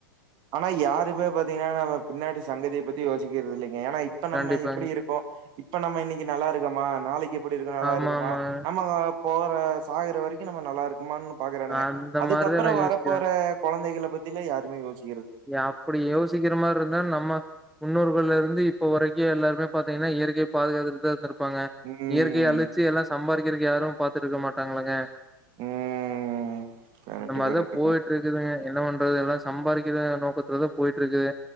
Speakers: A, on the right (about 40°); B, in the centre.
A: ஆனா யாருமே பாத்தீங்ன்னா நம்ம பின்னாடி சங்கதிய பத்தி யோசிக்கிறது இல்லங்க ஏன்னா இப்ப நம்ம
B: கண்டிப்பாங்க.
A: எப்படி இருக்கோ இப்ப நம்ம இன்னைக்கி நல்லா இருக்கோமா நாளைக்கு எப்படி இருக்க நல்லா
B: ஆமா,
A: இருக்குமா
B: ஆமாங்க.
A: ஆமங்க போற சாகர வரைக்கும் நம்ம நல்லா இருக்குமான் பாக்குறானுங்க
B: அந்த
A: அதுக்கப்புறோ
B: மாரி தான் எல்லாம் யோசிக்கிறாங்க.
A: வர போற கொழந்தைகளை பத்தில யாருமே யோசிச்
B: யா அப்படி யோசிக்கிற மார்ருந்தா நம்ம முன்னோர்கள்லருந்து இப்ப வரைக்கு எல்லாருமே பாத்தீங்கன்னா இயற்கைய பாதுகாத்துட்டு தா இருந்துருப் ப்பாங்க
A: ம்
B: இயற்கைய அழிச்சு எல்லா சம்பாரிக்கிறக்கு யாரும் பாத்துட் இருக்க மாட்டாங்களாங்க
A: ம் கரெக்ட்
B: அந்த மாரிதா
A: கரெக்ட்டுங்க
B: போயிட்ருக்குதுங்க என்ன பண்றது எல்லா சம்பாரிக்கிற நோக்கத்துலதா போயிட்ருக்குதுக